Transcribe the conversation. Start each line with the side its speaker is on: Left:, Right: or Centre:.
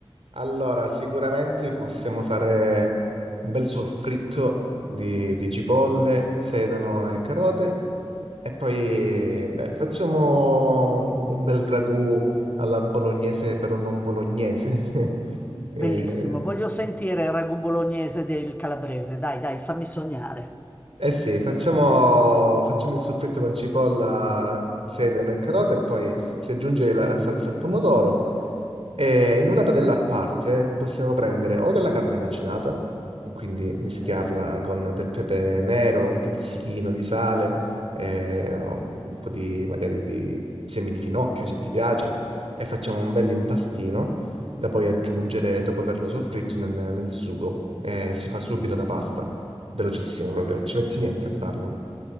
Right: allora, sicuramente possiamo fare un bel soffritto di, di cipolle, sedano e carote e poi beh, facciamo un un bel ragù alla bolognese però non bolognese. <laughs>
Left: Bellissimo,
Right: Eh,
Left: voglio sentire il ragù bolognese del calabrese, dai, dai, fammi sognare.
Right: eh sì, facciamo, facciamo il soffritto con cipolla, sedano e carote e poi si aggiunge la salsa al pomodoro E in una padella a parte possiamo prendere o della carne macinata, quindi mischiarla
Left: Sì.
Right: con del pepe nero, un pizzichino di sale, eh, un po' di magari di semi di finocchio se ti piace, e facciamo un bel impastino da poi aggiungere dopo averlo soffritto nel, nel sugo. E si fa subito una pasta, velocissimo proprio, non ci metti niente a farlo.